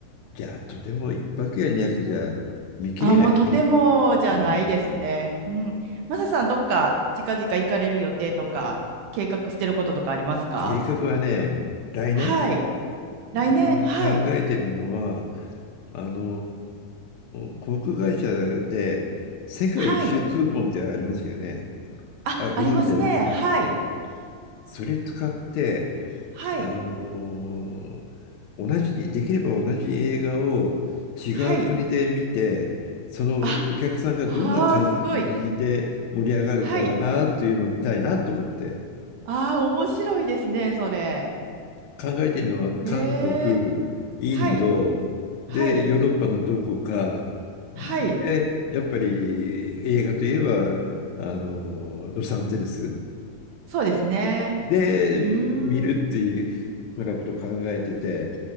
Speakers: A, on the left; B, on the right.
A: じゃあ、とても一泊や二泊じゃ見切れないね。
B: あ、もうとてもじゃないですね。
A: うん。
B: うん。マサさん、どっか近々行かれる予定とか、計画してることとかありますか
A: 計画はね、来年、
B: はい。来年、
A: うん考えてるのは、
B: はい。
A: あのー航空会社で世界一周クーポンってありますよね。
B: はい。あ、
A: あ、ご存知ありますね。
B: ありますね。はい。
A: うん。それ使って、
B: はい。
A: あのー同じ、できれば同じ映画を違う国で見て、
B: はい。
A: そのお客さんがどんな感じで盛り上がるかなというのを見たいなと思って。
B: あ、はあ、すごい。はい。ああ、面白いですね、それ。
A: 考えているのは韓国、
B: ええ、
A: インド、
B: はい、はい、
A: で、ヨーロッパのどこか、で、
B: はい、
A: やっぱり映画といえば、あの、ロサンゼルス
B: そうですね。
A: で見るっていうふうなことを考えてて、
B: うーん。